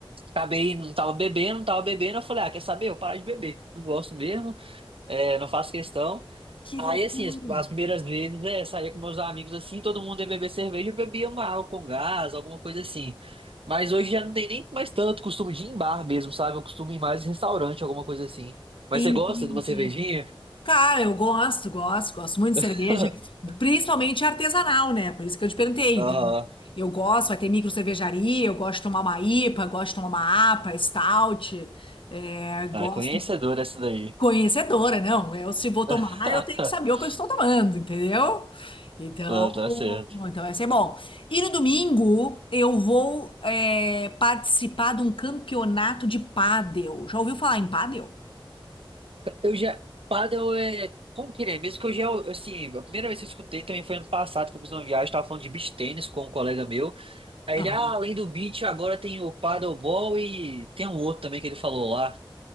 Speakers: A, on the right; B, on the left.
A: Acabei, não tava bebendo, não tava bebendo, eu falei, ah, quer saber? Eu paro de beber, não gosto mesmo, é, não faço questão.
B: que
A: Aí,
B: loucura.
A: assim, as, as primeiras vezes, é, saía com meus amigos assim, todo mundo ia beber cerveja, eu bebia uma água com gás, alguma coisa assim. Mas hoje já não tem nem mais tanto costume de ir em bar mesmo, sabe? Eu costumo ir mais em restaurante, alguma coisa assim. Mas
B: Entendi.
A: você gosta de uma cervejinha?
B: Cara, eu gosto, gosto, gosto muito de cerveja,
A: <laughs>
B: principalmente artesanal, né? Por isso que eu te perguntei.
A: Aham.
B: Então, eu gosto, vai ter micro cervejaria, eu gosto de tomar uma IPA, gosto de tomar uma APA, stout, é, gosto
A: Ah, conhecedor essa daí.
B: Conhecedora, não. Eu, se vou tomar,
A: <laughs>
B: eu tenho que saber o que eu estou tomando, entendeu? Então,
A: Não, tá certo.
B: então vai ser bom. E no domingo eu vou é, participar de um campeonato de pádel. Já ouviu falar em pádel?
A: Eu já. Paddle é. Como que ele é? Mesmo que eu já. Assim, a primeira vez que eu escutei também foi ano passado, que eu fiz uma viagem, tava falando de beach tênis com um colega meu. Aí
B: Aham.
A: ele, ah, além do beach, agora tem o paddleball e tem um outro também que ele falou lá.